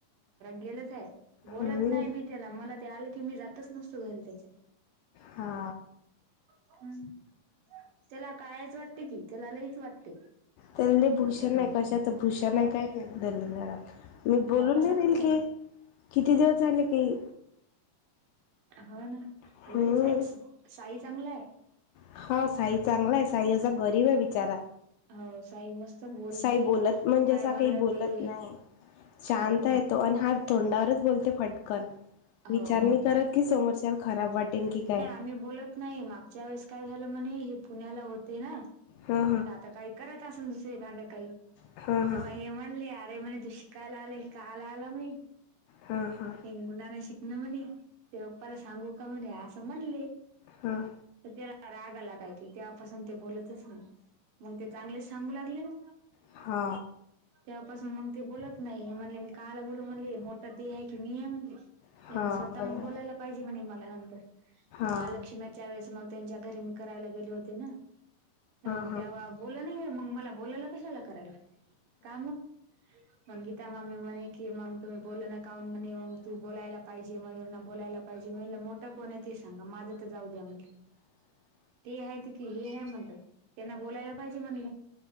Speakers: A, on the right; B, on the left.
A: गेलच आहे बोलत
B: हम्म.
A: नाही मी त्याला मला ते आलं की मी जातच नसतो घरी त्याच्यात....
B: हा....
A: हम त्याला कायच वाटते कि त्याला लईच वाटते...
B: त्याला लई भूषण
A: मोठेपणा
B: आहे कशाचं भूषण
A: हा
B: आहे काय दलिलदार... मी बोलून
A: बापासारखंच
B: नाही राहील
A: आहे.
B: की किती दिवस झाले की.....
A: हो ना
B: हम्म.
A: लईच आहे साई चांगला आहे....
B: हा साई चांगला आहे साई असा गरीब आहे बिचारा....
A: हो साई मस्त... बोलते.
B: साई बोलत म्हणजे
A: काय
B: अस काही
A: म्हणलं
B: बोलत
A: ते
B: नाही शांत
A: नाही
B: आहे.... दोन हात तोंडावरच बोलते फटकन... विचार
A: हो.
B: म करत की समोरच्याल खराब वाटेल की काय?
A: मी बोलत नाही मागच्या वेळेस काय झालं म्हणे हे पुण्याला होते ना
B: हा
A: तर आता काय? करत असून दुसरी कांड काही
B: हा हा
A: तर मग हे म्हणले अरे म्हणे तुझ.... कायला आले क कायला आला म...
B: हा...... हा....
A: मुलांना शिकण म्हणे ते पप्पाला सांगू का म्हणे असं म्हणले...
B: हां.....
A: तर त्याला राग आला काय कि तेव्हा पासून ते बोलतच नाही मग ते चांगलेच... सांगू लागले ना....
B: हा.....
A: तेव्हापासून मग ते बोलत नाही म्हणले मी काहाला बोलू म्हणले मोठा ते आहे की मी आहे म्हणले....
B: हा
A: त्यानं
B: हा
A: स्वतःहून
B: बरोबर
A: बोलायला पाहिजे म्हणे मला नंतर महालक्ष्मी...
B: हा
A: त्या वेळेस मग त्यांच्या घरी मी करायला गेले होते ना मग
B: हा हा
A: तेव्हा तेव्हा.... बोला नाही मग मला बोलायला कशाला करायला का मग काम.... मग गीता मामी म्हणे की मग तुम्ही बोलनात.... का हून म्हणे मग तू बोलायला पाहिजे मयूर न बोलायला पाहिजे म्हण मोठं कोण आहे ते सांगा माझं तर जाऊ द्या म्हणलं.
B: <unintelligible>
A: ते आहेत की हे आहे म्हटलं त्यांना बोलायला पाहिजे म्हटलं.